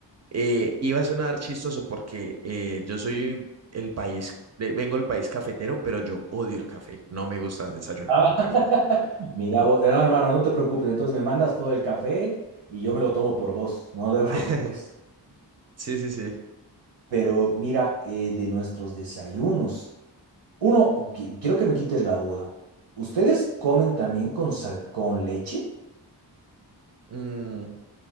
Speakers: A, on the right; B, on the right.
A: Eh, iba a sonar chistoso porque eh, yo soy el país, de- vengo del país cafetero, pero yo odio el café, no me gusta desayunar
B: Ah,
A: con
B: <laughs>
A: café.
B: Mira,
A: En-
B: vos- no, hermano, no te preocupes. Entonces me mandas todo el café y yo me lo tomo por vos. No te <laughs>
A: <laughs>
B: preocupes.
A: Sí, sí, sí.
B: Pero mira, eh, de nuestros desayunos. Uno, qui- quiero que me quites la duda. ¿Ustedes comen también con sal- con leche?
A: Mm,